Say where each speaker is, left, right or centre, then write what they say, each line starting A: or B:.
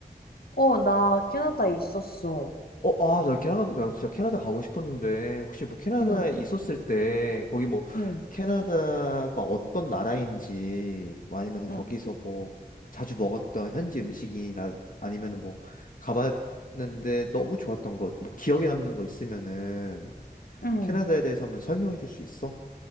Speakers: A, on the left (about 75°); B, on the left (about 60°).
A: 어, 나 캐나다에 있었어.
B: 어, 아, 나 캐나다, 나 진짜 캐나다 가고 싶었는데, 혹시 뭐 캐나다에
A: 응,
B: 있었을 때, 거기 뭐,
A: 응,
B: 캐나다가 어떤 나라인지, 뭐 아니면 거기서
A: 응,
B: 뭐, 자주 먹었던 현지 음식이나, 아니면 뭐, 가봤는데 너무 좋았던 것, 뭐, 기억에 남는 거 있으면은,
A: 응,
B: 캐나다에 대해서 한번 설명해 줄 수 있어?